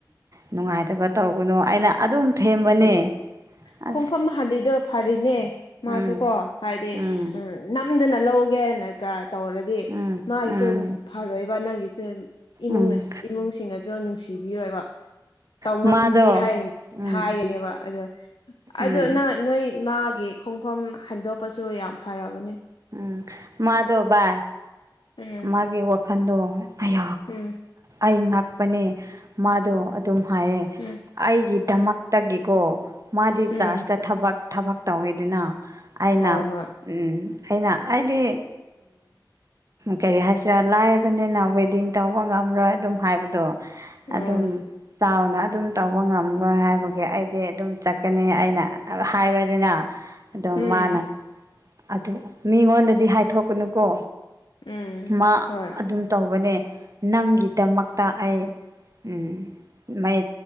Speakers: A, on the right; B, on the left.
A: ꯅꯨꯡꯉꯥꯏꯇꯕ ꯇꯒꯅꯣ ꯑꯩꯅ ꯑꯗꯨꯝ ꯊꯦꯝꯕꯅꯦ
B: ꯎꯝ
A: ꯑꯁ
B: ꯈꯣꯡꯐꯝꯥꯐꯝ ꯍꯥꯥꯂꯤꯗ ꯐꯔꯤꯅꯦ
A: ꯎꯝ
B: ꯃꯥꯁꯨ ꯀꯣ ꯍꯥꯏꯗꯤ
A: ꯎꯝ
B: ꯅꯝꯗꯅ ꯂꯧꯒꯦ ꯍꯥꯏꯅꯒ ꯇꯧꯔꯗꯤ
A: ꯎꯝ
B: ꯗꯤ ꯃꯥꯒꯤꯁꯨ
A: ꯎꯝ
B: ꯐꯔꯣꯏꯏꯕ ꯅꯪꯒꯤꯁꯨ ꯏꯃꯨꯡꯅ
A: ꯎꯝ
B: ꯏꯃꯨꯡꯁꯤꯡꯅꯁꯨ ꯅꯨꯡꯁꯤꯕꯤꯔꯣꯏꯕ ꯇꯧꯉꯝꯕꯤ
A: ꯃꯥꯗꯣ
B: ꯍꯥꯏꯅ
A: ꯎꯝ
B: ꯍꯥꯏꯒꯅꯦꯕ ꯑꯗ
A: ꯎꯝ
B: ꯑꯣ ꯅꯪ ꯅꯣꯏ ꯃꯥꯒꯤ ꯈꯣꯡꯐꯝ ꯍꯟꯗꯣꯛꯄꯁꯨ ꯌꯥꯝ ꯐꯔꯕꯅꯤ
A: ꯎꯝ ꯃꯥꯗꯕꯥ
B: ꯎꯝ
A: ꯃꯥꯒꯤ ꯋꯥꯈꯜꯗꯣ ꯑꯩ
B: ꯎꯝ
A: ꯑꯩ ꯉꯥꯛꯄꯅꯦ ꯃꯥꯗꯣ ꯑꯗꯨꯝ ꯍꯥꯏꯌꯦ
B: ꯎꯝ
A: ꯑꯩꯒꯤꯗꯃꯛꯇꯒꯤꯀꯣ ꯃꯥꯗꯤ
B: ꯎꯝ
A: ꯆꯥꯔꯖꯇ ꯊꯕꯛ ꯊꯕꯛ ꯇꯧꯋꯤꯗꯨꯅ ꯑꯩꯅ
B: ꯍꯣꯏ ꯍꯣꯏ
A: ꯎ ꯑꯩꯅ ꯍꯥꯏꯗꯤ ꯀꯔꯤ ꯍꯥꯏꯁꯤꯔꯥ ꯂꯥꯏꯕꯅꯤꯅ ꯋꯦꯗꯤꯡ ꯇꯧꯕ ꯉꯝꯔꯣꯏ ꯑꯗꯨꯝ ꯍꯥꯏꯕꯗꯣ
B: ꯎꯝ
A: ꯑꯗꯨꯝ ꯆꯥꯎꯅ ꯑꯗꯨꯝ ꯇꯧꯕ ꯉꯝꯂꯣꯏ ꯍꯥꯏꯕꯒꯤ ꯑꯩꯗꯤ ꯑꯗꯨꯝ ꯆꯠꯀꯅꯤ ꯑꯩꯅ ꯍꯥꯏꯕꯅꯤꯅ ꯑꯗꯨꯝ
B: ꯎꯝ
A: ꯃꯥꯅ ꯑꯗꯨ ꯃꯤꯉꯣꯟꯗꯗꯤ ꯍꯥꯏꯊꯣꯛꯀꯅꯨꯀꯣ
B: ꯎꯝ
A: ꯃꯥ
B: ꯍꯣꯏ
A: ꯑꯗꯨꯝ ꯇꯧꯕꯅꯦ ꯅꯪꯒꯤꯗꯃꯛꯇ ꯑꯩ ꯎ ꯃꯩ